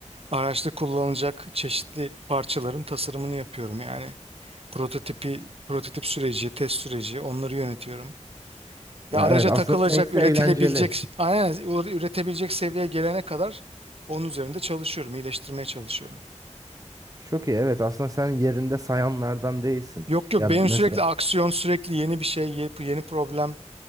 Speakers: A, on the right (about 50°); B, on the right (about 30°).
A: araçta kullanılacak çeşitli parçaların tasarımını yapıyorum. Yani prototipi, prototip süreci, test süreci onları yönetiyorum.
B: Ya
A: Ya araca
B: evet aslında
A: takılacak,
B: seninkisi
A: üretilebilecek,
B: eğlenceli.
A: aynen üretebilecek seviyeye gelene kadar onun üzerinde çalışıyorum, iyileştirmeye çalışıyorum.
B: Çok iyi evet aslında sen yerinde sayanlardan değilsin.
A: Yok yok
B: Ya
A: benim
B: mesela
A: sürekli aksiyon, sürekli yeni bir şey, yeni yeni problem,